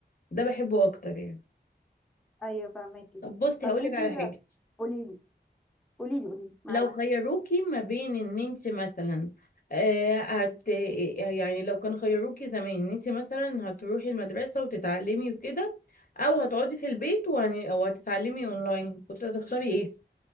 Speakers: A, on the left; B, in the centre.
A: ده بحبه أكتر يعني
B: ايوه فهماكي
A: طب بصي
B: طب
A: هقولك
B: انتي
A: على
B: لا
A: حاجة
B: قولي لي قولي لي قولي لي معاكي
A: لو خيروكي ما بين إن أنت مثلا آه هت... يعني لو كان خيروكي زمان إن أنت مثلا هتروحي المدرسة وتتعلمي وكده أو هتقعدي في البيت وهن... أو هتتعلمي أونلاين كنت هتختاري إيه؟